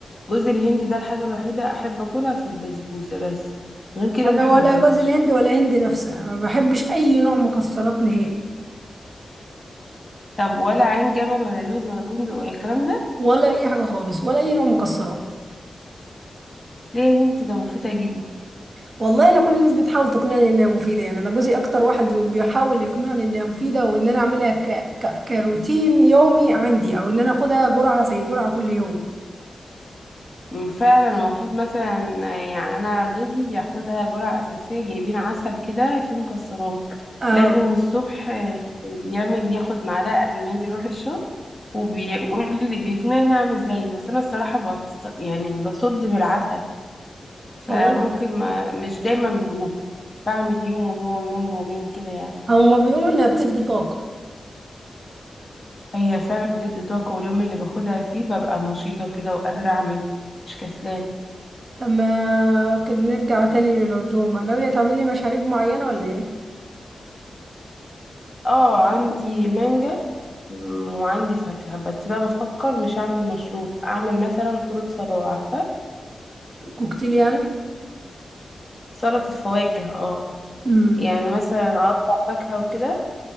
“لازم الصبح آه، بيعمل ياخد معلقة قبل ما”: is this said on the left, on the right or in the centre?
Left